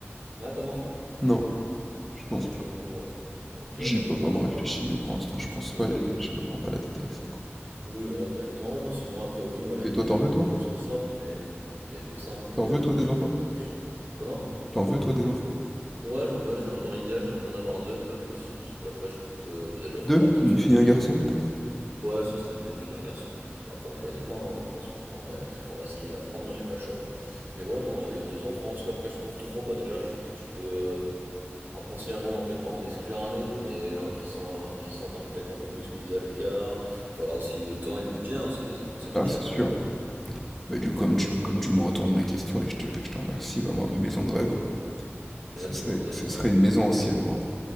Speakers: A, on the right; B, in the centre.
A: Ah, pas d'enfants?
B: Non, je pense
A: Ok,
B: pas.
A: ouais. Ok,
B: J'y
A: bon,
B: ai pas
A: après,
B: vraiment
A: tu
B: réfléchi,
A: verras.
B: mais pour l'instant, je pense
A: Oui,
B: pas et
A: peut-être.
B: je me prends pas la tête avec ça, quoi.
A: Oui, voilà, t'as le temps. Ouais, non, sinon après, oui, voilà,
B: Et
A: une
B: toi,
A: maison,
B: t'en veux, toi?
A: une maison simple, mais euh, une maison simple, mais
B: T'en
A: euh,
B: veux, toi,
A: luxueux,
B: des enfants?
A: enfin pas luxueux. Comment?
B: T'en veux, toi, des enfants?
A: Ouais, j'en veux, j'en- dans l'idéal, j'aimerais bien en avoir deux, pas plus, parce que après, je trouve que bah, déjà,
B: Deux?
A: faut avoir le temps
B: Une
A: de s'en
B: fille,
A: occuper.
B: un garçon, peut-être?
A: Ouais, ça serait le mieux une fille, un garçon. Bah, après, on choisit pas, hein. De toute façon, je prendrai, je prendrai ce qu'il y a à prendre, hein, j'ai pas le choix. Mais ouais, non, euh, deux enfants, parce qu'après, je trouve trop, bah déjà, je trouve que tu peux euh, inconsciemment, en fait, pas en exclure un autre, mais un qui sent, qui se sent un- peut-être un peu plus mis à l'écart. Faut avoir aussi le temps et le budget, hein, parce que des enfants, ça coûte
B: Ah,
A: cher
B: c'est sûr.
A: quand même.
B: Bah, du coup, comme
A: Donc,
B: tu, comme tu me retournes la question et je te, je te remercie, bah,
A: ouais,
B: moi, ma maison de rêve,
A: ouais,
B: ce
A: dis-moi,
B: serait,
A: ta maison
B: ce serait
A: de rêve.
B: une maison ancienne, moi.